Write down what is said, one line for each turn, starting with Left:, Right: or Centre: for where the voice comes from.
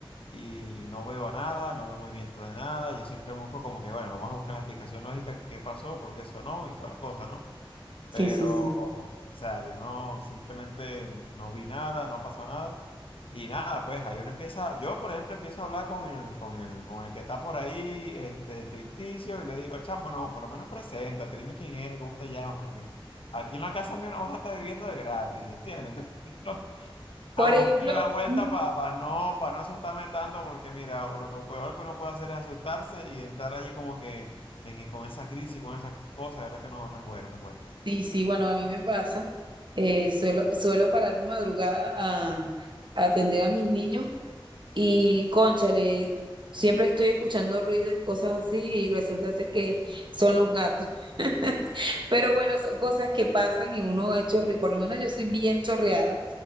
Left: y no veo nada, no veo movimiento de nada. Yo siempre busco como que, bueno, vamos a buscar la explicación lógica que qué pasó, por qué sonó y toda la cosa, ¿no?
Right: Sí,
Left: Pero,
Right: sí, sí.
Left: o sea, yo no, simplemente no, no vi nada, no pasó nada. Y nada, pues ahí uno empieza, yo por ejemplo empiezo a hablar con el, con el, con el que está por ahí, este, ficticio, y le digo, chamo, no, por lo menos preséntate, dime quién eres, cómo te llamas, porque aquí en la casa mía no vas a estar viviendo de gratis, ¿entiendes? Entonces <laughs> empiezo
Right: Por
Left: a
Right: ejemplo,
Left: buscar la vuelta
Right: mm,
Left: para no, para no asustarme tanto, porque mira, lo que peor que uno puede hacer es asustarse y entrar allí como que en, con esa crisis, con esa cosa, de verdad que no, no es bueno, no es bueno.
Right: sí, sí, bueno, a mí me pasa. eh, suelo, suelo pararme madrugada a, a atender a mis niños Y cónchale, siempre estoy escuchando ruidos y cosas así y resulta ser que son los gatos. <laughs> Pero bueno, son cosas que pasan y uno es chorre, por lo menos yo soy bien chorreada.